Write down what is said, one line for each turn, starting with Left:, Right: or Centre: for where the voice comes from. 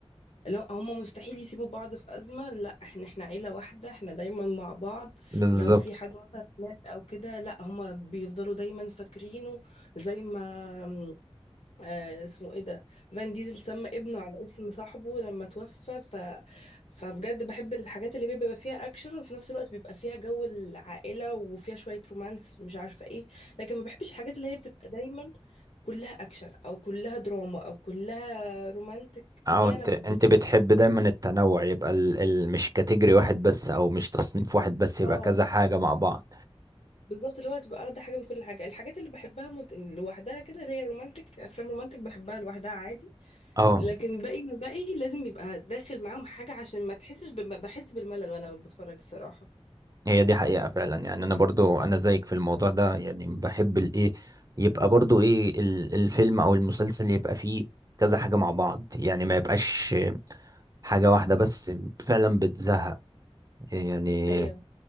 Left: لو هما مستحيل يسيبوا بعض في أزمة لا احنا احنا عيلة واحدة احنا دايما مع بعض
Right: بالظبط
Left: لو في حد مثلا مات أو كده لا هما بيفضلوا دايما فاكرينه زي ما م، آه اسمه ايه ده فان ديزل سمى ابنه على اسم صاحبه لما توفى ف... فبجد بحب الحاجات اللي بيبقى فيها اكشن وفي نفس الوقت بيبقى فيها جو العائلة وفيها شوية رومانس مش عارفة ايه لكن ما بحبش الحاجات اللي هي بتبقى دايما كلها اكشن او كلها دراما او كلها رومانتك
Right: اه
Left: دي
Right: انت
Left: انا بت...
Right: انت بتحب دايما التنوع يبقى ال... ال... مش كاتيجوري واحد بس او مش تصنيف واحد بس يبقى
Left: اه
Right: كذا حاجة مع بعض
Left: بالظبط اللي هو تبقى واخده حاجه من كل حاجه الحاجات اللي بحبها مت... لوحدها كده اللي هي رومانتك افلام رومانتك بحبها لوحدها عادي
Right: اه
Left: لكن باقي ما باقي لازم يبقى داخل معاهم حاجه عشان ما تحسش ب... بحس بالملل وانا بتفرج الصراحه
Right: هي دي حقيقة فعلا يعني انا برضو انا زيك في الموضوع ده يعني بحب الايه يبقى برضو ايه ال- الفيلم او المسلسل يبقى فيه كذا حاجة مع بعض يعني ما يبقاش حاجة واحدة بس فعلا بتزهق يعني
Left: ايوه